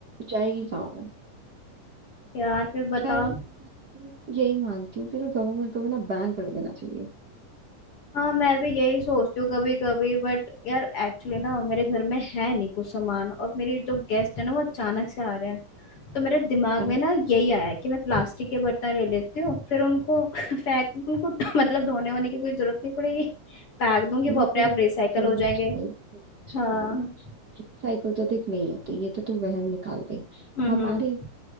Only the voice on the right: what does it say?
जाएगी कहाँ वो
खैर मैं तो यही मानती हूँ कि ना गवर्नमेंट को भी ना बैन कर देना चाहिए
अरे
मैं
तेरी
बात समझ
गई समझ
गई साइकिल तो देख नहीं होती ये तो तू वहम निकाल दे
हमारे